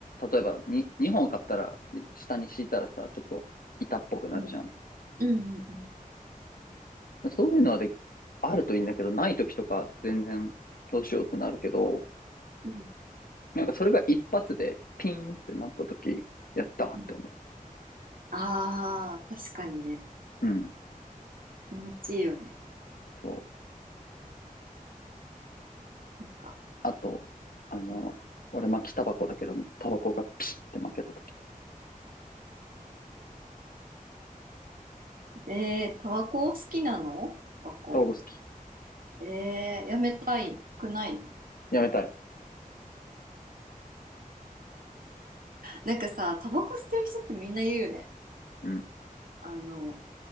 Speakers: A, on the left; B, on the right.
A: 例えばに、2本買ったら、下に敷いたらさ、ちょっと板っぽくなるじゃん。
B: うん。うんうん
A: そういうのはで、あるといいんだけど、ない時とか全然どうしようってなるけど、
B: うん。
A: なんかそれが一発でピンってなった時、やったーって思
B: うん。ああー、確かにね。
A: う。うん。
B: 気持ちいいよね。
A: そう。
B: なんか。
A: あと、あの、
B: うん、
A: 俺巻きタバコだけど、タバコがピシって負けた時。
B: えー、タバコ好きなのタバコ。
A: タバコ好き。
B: えー、やめたいくないの
A: やめたい。
B: なんかさ、タバコ吸ってる人ってみんな言うよね。
A: うん。
B: あの、